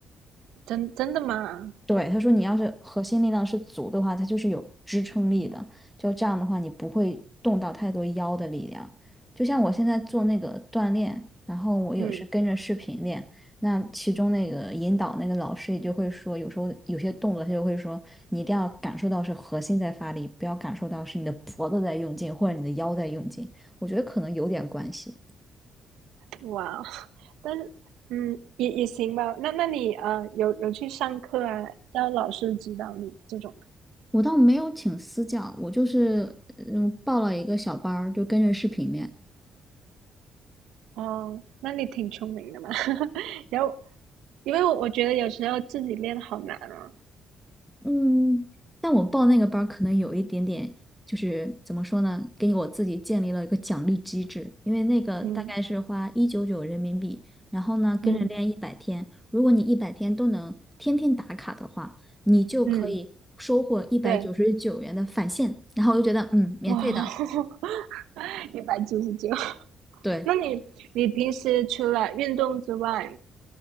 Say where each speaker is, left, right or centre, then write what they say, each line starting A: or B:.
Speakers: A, on the right; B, in the centre.
A: 真真的吗？
B: 对，他说你要是核心力量是足的话，它就是有支撑力的。就这样的话，你不会动到太多腰的力量。就像我现在做那个锻炼，然后我也是跟着视频练，
A: 嗯，
B: 那其中那个引导那个老师也就会说，有时候有些动作他就会说，你一定要感受到是核心在发力，不要感受到是你的脖子在用劲或者你的腰在用劲。我觉得可能有点关系。
A: 哇哦但是，嗯，也也行吧。那那你呃，有有去上课啊？让老师指导你这种吗？
B: 我倒没有请私教，我就是嗯报了一个小班儿，就跟着视频练。
A: 哦，那你挺聪明的嘛。<laughs> 然后，因为我我觉得有时候自己练好难啊。
B: 嗯，但我报那个班儿可能有一点点，就是怎么说呢，给我自己建立了一个奖励机制，因为那个大概是花一九九人民币，
A: 嗯
B: 然后呢跟着练一百天，
A: 嗯
B: 如果你一百天都能天天打卡的话，你就可以收获一百九十九元的返现，
A: 嗯，对，
B: 然后我就觉得嗯，免费的，
A: 哇哦 <laughs> 一百九十九。<laughs>
B: 对。
A: 那你你平时除了运动之外，